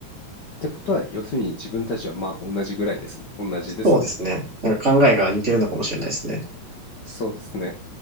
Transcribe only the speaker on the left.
てことは、要するに自分たちはまあ同じぐらいですね。同じですね。
そうですね。